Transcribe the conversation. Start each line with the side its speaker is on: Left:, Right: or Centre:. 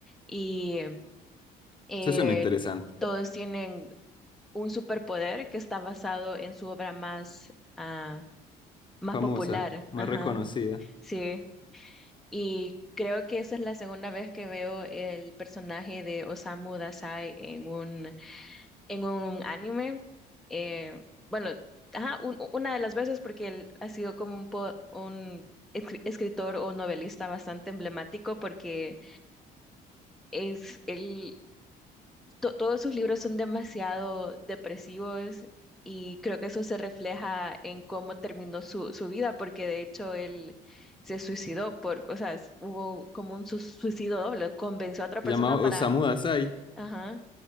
Centre: y eh,
Left: Eso suena interesante.
Centre: todos tienen un superpoder que está basado en su obra más, ah, más
Left: Famosa,
Centre: popular.
Left: más
Centre: Ajá,
Left: reconocida.
Centre: sí. Y creo que esa es la segunda vez que veo el personaje de Osamu Dazai en un, en un anime. Eh, bueno, ajá, un- una de las veces porque él ha sido como un, po- un escri- escritor o novelista bastante emblemático porque es él to- todos sus libros son demasiado depresivos y creo que eso se refleja en cómo terminó su, su vida, porque de hecho él se suicidó por, o sea, s- hubo como un su- suicidio doble, convenció a otra
Left: Se
Centre: persona
Left: llama
Centre: para,
Left: Osamu Dazai.
Centre: ajá,